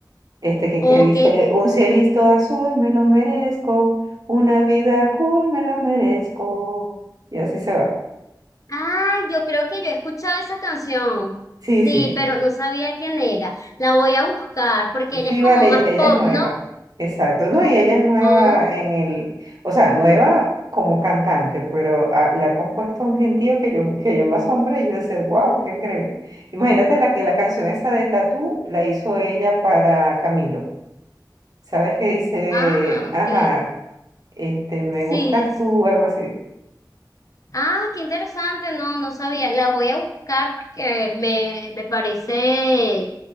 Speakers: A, on the right; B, on the left.
A: Este que,
B: Ok.
A: que dice, un cielito azul, me lo merezco, una vida cool, me la merezco. Y así se va.
B: Ah, yo creo que yo he escuchado esa canción.
A: Sí,
B: Sí,
A: sí.
B: pero no sabía quién era. La voy a buscar porque ella
A: Sí,
B: es como
A: vale,
B: más
A: ella
B: pop,
A: es nueva.
B: ¿no?
A: Exacto. No, y ella es nueva
B: Ah.
A: en el, o sea, nueva como cantante, pero ah, le ha compuesto un gentío que yo, que yo me asombré y yo decía, wow, qué increíble. Imagínate la que la canción esa de Tatú la hizo ella para Camilo. ¿Sabes qué dice?
B: Ah, ok.
A: Ajá, este, me
B: Sí.
A: gustas
B: s-
A: tú, algo así.
B: Ah, qué interesante. No, no sabía. La voy a buscar porque me, me parece.